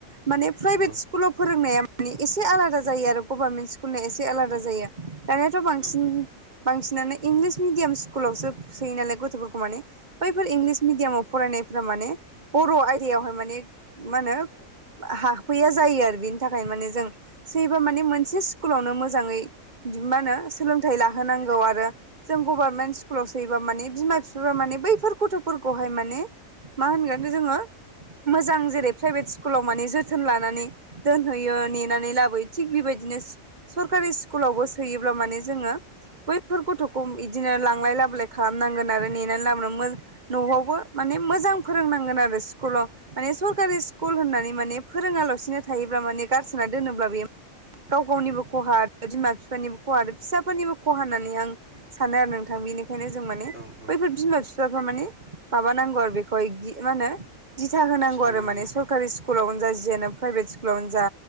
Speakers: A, on the right; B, on the right.
A: माने प्राइभेट
B: औ
A: स्कुलाव फोरोंनाया माने एसे आलाद जायो गभार्मेन्ट स्कु स्कुला एसे आलादा जायो दानियाथ' बांसिन
B: औ
A: बांसिनानो इंलिस मिडियाम स्कुलावसो सोयो नालाय गथ'फोरखौ माने बैफोर इंलिस मिडियामाव फरायनायफोरा माने बर' आयदायावहाय माने मा होनो हाफैया जायो आरो बेनि थाखायनो माने जों सैबा माने मोनसे स्कुलावनो मोजाङै मा होनो सोलोंथाइ लाहोनांगौ आरो जों गभारनमेन्ट स्कुलाव सोयोबा माने बिमा बिफफा माने बैफोर गथ'फोरखौहाय माने मा होनगोन जोङो मोजां जेरै प्राइभेट स्कुलाव माने जोथोन लानानै दोनहैयो नेनानै लाबोयो थिग बेबायदिनो सरकारि स्कुलावबो सोयोब्ला माने जोङो बैफोर गथ'खौ बिदिनो लांलाय लाबोलाय खालामनांगोन आरो नेनानै लाबोनानै मोज न'आवबो माने मोजां फोरोंनांगोन आरो स्कुलाव माने सरकारि स्कुल होननानै माने फोरोङालासिनो थायोब्ला माने गारसोना दोनोब्ला बेयो गाव गावनिबो खहा आरो बिमा बिफानिबो खहा आरो फिसाफोरनिबो खहा होननानै आं सानो आरो नोंथां बेनिखायनो जों माने
B: बेनिफ्राय
A: बैफोर बिमा बिफाफ्रा माने माबा नांगौ आरो बेखौहाय मा होनो दिथा होनांगौ
B: साननांगौ
A: आरो माने
B: औ
A: सरकारि स्कुलावनो जा जिनो प्राइभेट स्कुलावनो जा